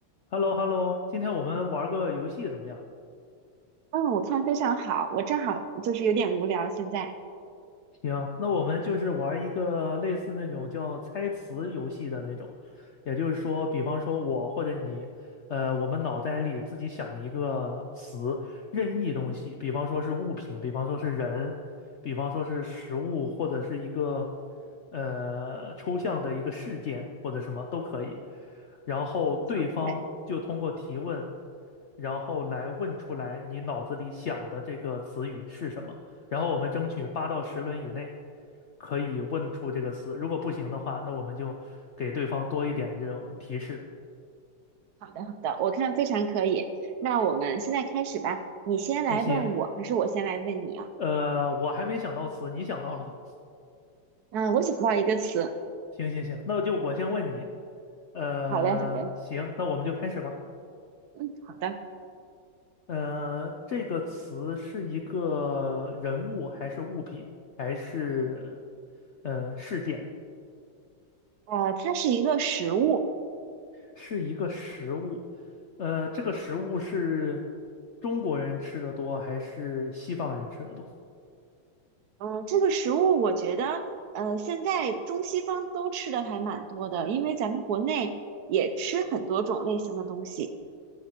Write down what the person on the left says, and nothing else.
h e l l o h e l l o 今天我们玩个游戏怎么样？
行，那我们就是玩一个类似那种叫猜词游戏的那种，也就是说，比方说我或者你，呃，我们脑袋里自己想一个词，任意东西，比方说是物品，比方说是人，比方说是食物，或者是一个呃抽象的一个事件或者什么都可以。然后对方就通过提问，
然后来问出来你脑子里想的这个词语是什么。然后我们争取八到十轮以内可以问出这个词，如果不行的话，那我们就给对方多一点这种提示。
那行，
呃，我还没想到词，你想到了吗？
行行行，那就我先问你，呃，
行，那我们就开始吧。
呃，这个词是一个人物还是物品还是呃事件？
是一个食物，呃，这个食物是中国人吃的多还是西方人吃的多？